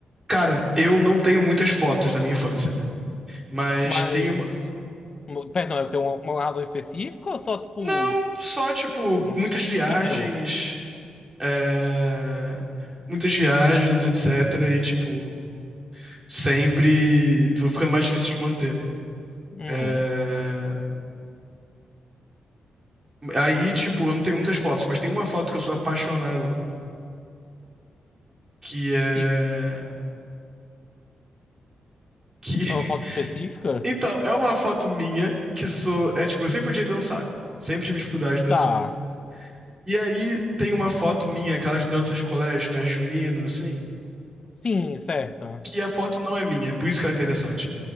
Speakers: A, on the right; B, on the left.
A: Cara, eu não tenho muitas fotos da minha infância, né? Mas
B: Mas.
A: tenho uma.
B: mo- Perdão, é porque tem uma, uma razão específica ou só tipo.
A: Não, só, tipo,
B: Foram.
A: muitas viagens.
B: O que tirou.
A: é, Muitas viagens, etc. E, tipo, sempre. Tô ficando mais difícil de manter.
B: Uhum.
A: É, Aí, tipo, eu não tenho muitas fotos, mas tem uma foto que eu sou apaixonado, que é.
B: E
A: Que... <laughs>
B: uma foto específica?
A: Então, é uma foto minha que sou. É, tipo, eu sempre odiei dançar. Sempre tive dificuldade de dançar.
B: Tá.
A: E aí tem uma foto minha, aquelas danças de colégio, festa junina, assim,
B: Sim, certa.
A: que a foto não é minha, é por isso que ela é interessante.